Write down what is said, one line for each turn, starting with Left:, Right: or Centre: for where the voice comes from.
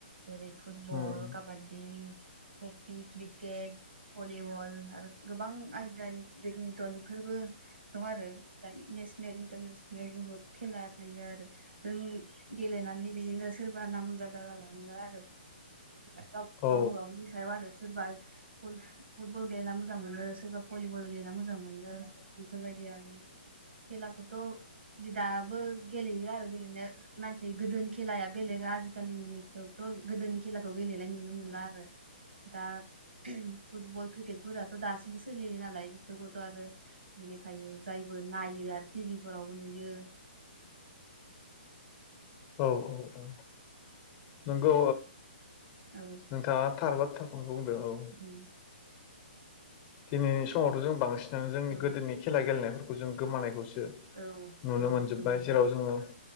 Right: जेरै फुटबल
Left: उम
Right: काबादडि हकि क्रिकेट भलिबल आरो गोबां आयदानि बेदमिन्टन बेफोरबो दं आरो दायो नेसनेल इन्टारनेसनेल बुहुत खेला थायो आरो जों गेलेनानै बिदिनो सोरबा नाम जादा जालाङो आरो गावबा
Left: औ
Right: गावनि सायाव आरो सोरबा फुटबल गेलेना मोजां मोनो सोरबा भलिबल गेलेना मोजां मोनो बेफोरबायदि आरो खेलाखौथ' दाबो गेलेयो आरो गेलेनो नाथाय गोदोनि खेलाया बेलेग आजिखालिनिखौथ' गोदोनि खेलाखौ गेलेनाय नुनो मोनला आरो दा फुटबल क्रिकेटफोराथ' दासिमबो सोलियो नालाय बेफोरखौथ' आरो बेनिखायनो जायबो नायो आरो टिभि फोरावबो नुयो
Left: औ -औ- औ नंगौ
Right: औ
Left: नोंथाङा थार बाथ्रा बुंदों औ
Right: उम
Left: दिनैनि समावथ' जों बांसिनानो जोंनि
Right: औ
Left: गोदोनि खेला गेलेनायफोरखौ जों गोमानायखौसो
Right: औ
Left: नुनो मोनजोबबाय
Right: गोमोनबो
Left: जेराव जोङो